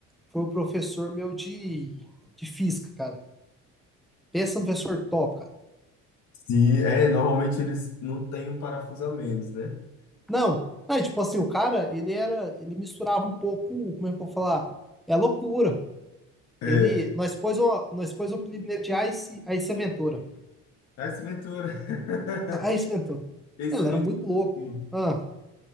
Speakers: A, in the centre; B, on the left.
A: foi o professor meu de, de física, cara. Pensa no professor top, cara.
B: Sim, é, normalmente eles não têm um parafuso a menos, né?
A: Não, não, tipo assim, o cara, ele era, ele misturava um pouco, como é que eu vou falar? É loucura. Ele,
B: É.
A: nós pôs o, nós pôs o apelido de Ice, Ice Ventura.
B: Ah, Esse Ventura. <laughs>
A: Ice Ventura.
B: Esse
A: Ele era
B: Ventura.
A: muito louco.
B: sim.
A: Ah,